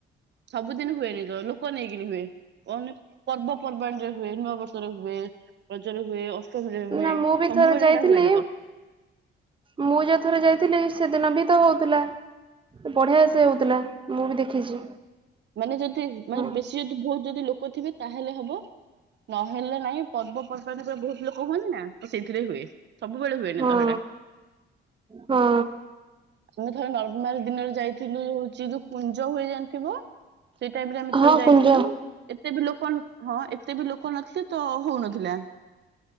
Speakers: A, on the right; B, on the right.
A: ସବୁଦିନ ହୁଏନି ତ ଲୋକ ନେଇକିନି ହୁଏ ପଣି ପର୍ବପର୍ବାଣିୀରେ ହୁଏ ନୂଆ ବର୍ଷରେ ହୁଏ। ପ୍ରଚାର ହୁଏ। ଅଷ୍ଟମୀରେ ହୁଏ
B: ନା ମୁଁ ବି
A: ସବୁବେଳେ
B: ଥରେ ଯାଇଥିଲି
A: ସେଇଟା ହୁଏନି ତ।
B: ମୁଁ ଯୋଉ ଥରେ ଯାଇଥିଲି। ସେଦିନ ବି ତ ହଉଥିଲା ସେ ବଢିଆ ସେ ହଉଥିଲା। ମୁଁ ବି ଦେଖିଛି
A: ମାନେ ଯଦି ମାନେ
B: ହଁ
A: ବେଶୀ ଯଦି ବହୁତ ଯଦି ଲ ଲୋକଥିବେ ତାହେଲେ ହବ ନହେଲେ ନାଇଁ ପର୍ବପର୍ବାଣି ପରେ ବହୁତ ଲୋକ ହୁଅନ୍ତିି ନା? ତ ସେଇଥିରେ ହୁଏ ସବୁବେଳେ ହୁଏନି
B: ହଁ।
A: ତ ସେଇଟା।
B: ହଁ
A: ତମେ ଥରେ ନର୍ମମାଲ ଦିନରେ ଯାଇଥିଲୁ ହଉଛି ଯୋଉ। କୁଞ୍ଜ ହୁଏ ଯାଇଣିଥିବ ସେଇ ଟାଇମି ରେ ଆମେ ଥରେ
B: ହଁ
A: ଯାଇଥିଲୁ
B: କୁଞ୍ଜ
A: ଏତେ ବି ଲୋକ ହଁ ଏତେ ବି ଲୋକ ନଥିଲେ ତ ହଉନଥିଲା